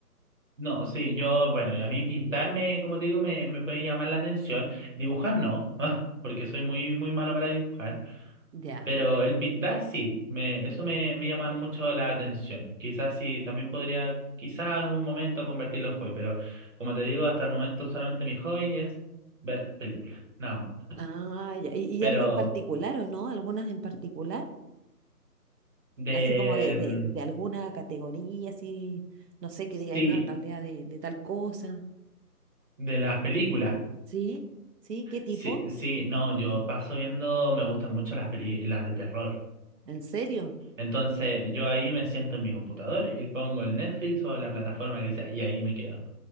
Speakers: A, on the right (about 50°); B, on the right (about 80°).
A: No, sí, yo, bueno, a mí pintarme, como te digo, me, me puede llamar la atención. Dibujar no, <laughs> porque soy muy, muy malo para dibujar.
B: Ya,
A: Pero
B: ya, ya.
A: el pintar sí, me, eso me, me llama mucho la atención. Quizás sí, también podría, quizás en un momento convertirlo en hobby, pero como te digo, hasta el momento solamente mi hobby es ver películas, nada más.
B: Ah, ya. ¿Y, y
A: Pero
B: algo en particular o no? ¿Algunas en particular?
A: de,
B: Así como de, de,
A: mm,
B: de alguna categoría, así, no sé, que digáis,
A: sí,
B: no, en realidad de, de tal cosa.
A: de las películas,
B: Sí, sí, ¿qué tipo?
A: sí, sí, no, yo paso viendo, me gustan mucho las peli, las de terror.
B: ¿En serio?
A: Entonces yo ahí me siento en mi computador y pongo el Netflix o la plataforma que sea y ahí me quedo